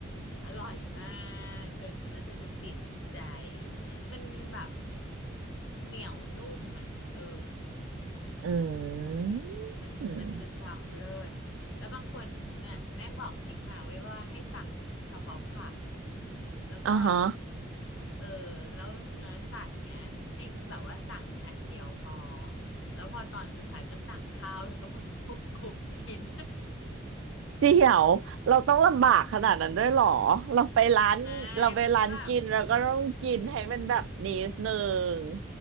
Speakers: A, on the left; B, on the right.
A: อร่อยมาก เธอกินแล้วเธอจะติดใจ มันแบบเหนียวนุ่มอ่ะ เออ
B: อืม
A: มันมันคือความเลิศ
B: อืม
A: แล้วบางคนน่ะแม่งบอกทริกมาไว้ว่าให้สั่งเฉพาะผักแล้วก็
B: อ่าฮะ
A: เออแล้วเนื้อสัตว์เงี้ยให้แบบว่าสั่งอันเดียวพอแล้วพอตอนสุดท้ายก็สั่งข้าวแล้วก็มัน <laughs> คลุกคลุกกิน
B: เดี๋ยวเราต้องลำบากขนาดนั้นด้วยเหรอเราไปร้านเราไปร้านกินเราก็ต้องกินให้มันแบบนี้นึง
A: <laughs> ไม่มันก็แบบมี